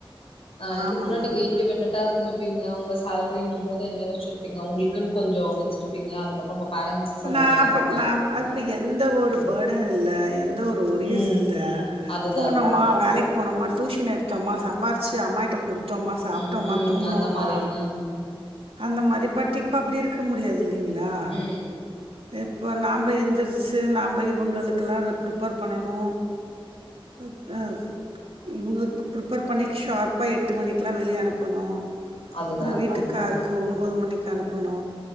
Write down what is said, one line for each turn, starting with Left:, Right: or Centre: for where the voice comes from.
Left: அ
Right: ஆமாங்க
Left: இதுக்கு முன்னாடி நீங்க
Right: ஆமாம்
Left: இண்டிபெண்டன்டா இருந்து பீங்க உங்க சேலரின்ன போது என்ன யோச்சிருப்பீங்க உங்களுக்குன்னு கொஞ்சோ வச்சிருப்பீங்க அதுக்கப்றோ பேரண்ட்ஸ்க்கு செலவு
Right: நான்
Left: பண்ணிருப்பீங்க
Right: இப்போ நான் இப்போ எந்த ஒரு பேர்டன் இல்ல எந்த ஒரு ஒரியீஸ்
Left: ம்
Right: இல்ல
Left: அதுதா
Right: போனோமா
Left: அதுதா
Right: வேலைக்கு போனோமா டியூஷன் எடுத்தோமா சம்பாரிச்சு அம்மாயிட்ட குடுத்தோமா சாப்டோமா
Left: ம் ம்
Right: தூங்னோமா
Left: அந்த மாரி ஆ
Right: அந்த மாரி பட் இப்ப அப்டி இருக்க முடியாது இல்லிங்ளா
Left: ம்
Right: இப்போ நாம்ப எந்திரிச்சு நம்ம இவங்களுக்கெல்லா ரி ப்ரிப்பேர் பண்ணனு அ இவங்களுக் ப்ரிப்பேர் பண்ணி ஷார்ப்பா எட்டு மணிக்கெல்லா வெளிய அனுப்பணு
Left: அதுதா
Right: அப்ற
Left: அதுதான்ப்பா
Right: வீட்டுக்காருக்கு ஒன்பது மணிக்கு அனுப்பணு